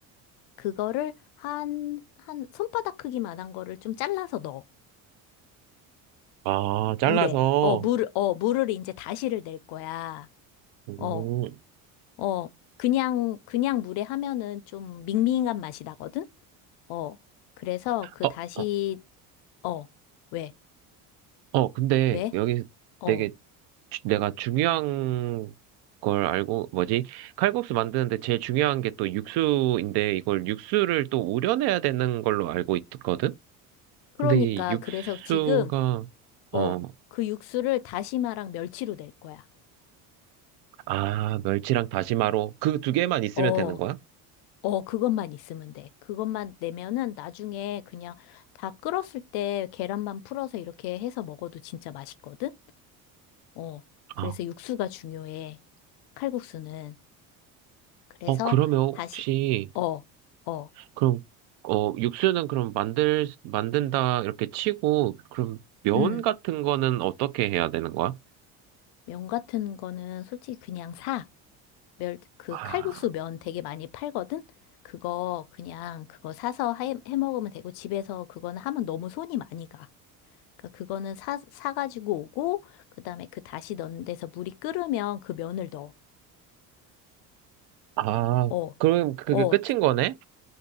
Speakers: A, on the left (about 65°); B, on the right (about 65°).
A: 그거를 한, 한 손바닥 크기만한 거를 좀 잘라서 넣어.
B: 아, 잘라서.
A: 물에. 어, 물을, 어, 물을 이제 다시를 낼 거야.
B: 음.
A: 어, 어, 그냥, 그냥 물에 하면은 좀 밍밍한 맛이 나거든? 어, 그래서 그
B: 어,
A: 다시,
B: 어,
A: 어, 왜,
B: 어, 근데
A: 왜?
B: 여기
A: 어,
B: 되게 주- 내가 중요한 걸 알고, 뭐지? 칼국수 만드는데 제일 중요한 게 또 육수인데 이걸 육수를 또 우려내야 되는 걸로 알고 있거든?
A: 그러니까,
B: 근데 이 육수가,
A: 그래서 지금,
B: 어,
A: 어, 그 육수를 다시마랑 멸치로 낼 거야.
B: 아, 멸치랑 다시마로 그 두 개만 있으면
A: 어,
B: 되는 거야?
A: 어, 그것만 있으면 돼. 그것만 내면은 나중에 그냥 다 끓었을 때 계란만 풀어서 이렇게 해서 먹어도 진짜 맛있거든? 어, 그래서
B: 아,
A: 육수가 중요해. 칼국수는. 그래서
B: 어, 그러면
A: 다시,
B: 혹시,
A: 어, 어,
B: 그럼, 어, 육수는 그럼 만들, 만든다 이렇게 치고, 그럼 면
A: 음,
B: 같은 거는 어떻게 해야 되는 거야?
A: 면 같은 거는 솔직히 그냥 사. 멸, 그
B: 아,
A: 칼국수 면 되게 많이 팔거든? 그거 그냥 그거 사서 해, 해 먹으면 되고 집에서 그거는 하면 너무 손이 많이 가. 그러니까 그거는 사, 사가지고 오고 그다음에 그 다시 넣는 데서 물이 끓으면 그 면을 넣어.
B: 아,
A: 어,
B: 그럼 그게
A: 어,
B: 끝인 거네?